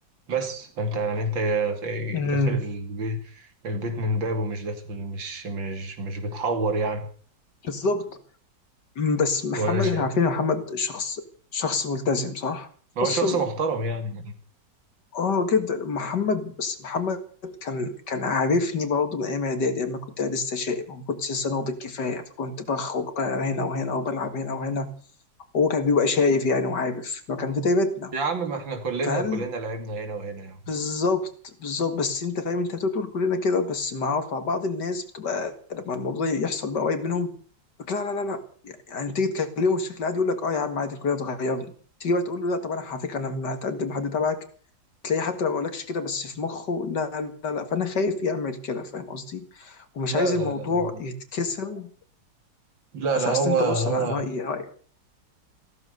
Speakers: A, on the right; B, on the left.
A: بس فانت يعني انت
B: امم
A: داخل البيت البيت من بابه مش داخل مش مش مش بتحور يعني
B: بالظبط مم، بس محمد
A: وانا شايف
B: احنا عارفين إن محمد شخص شخص ملتزم صح؟
A: ما
B: بص
A: هو شخص محترم يعني
B: اه جدا محمد بس محمد كان كان عارفني برضه من ايام اعدادي اما كنت لسه شايب ما كنتش لسه ناضج كفايه فكنت بخرج بقى هنا وهنا وبلعب هنا وهنا هو كان بيبقى شايف يعني وعارف ما كان في تيبتنا
A: يا عم ما احنا كلنا
B: فهل
A: كلنا لعبنا هنا وهنا يعني
B: بالظبط بالظبط بس انت فاهم انت بتقول كلنا كده بس مع مع بعض الناس بتبقى لما الموضوع يحصل بقى قريب منهم يقولك لا لا لا لا يعني تيجي تكلمه بشكل عادي يقول لك اه يا عم عادي كلنا اتغيرنا تيجي بقى تقول له لا طب انا على فكره انا هتقدم حد تبعك تلاقيه حتى لو ما قالكش كده بس في مخه لا لا لا فانا خايف يعمل كده فاهم قصدي ومش
A: لا
B: عايز
A: لا
B: الموضوع
A: لا هم
B: يتكسر
A: لا
B: اصل
A: لا هو
B: أصل انت
A: هو
B: بص انا انا رايي رأيي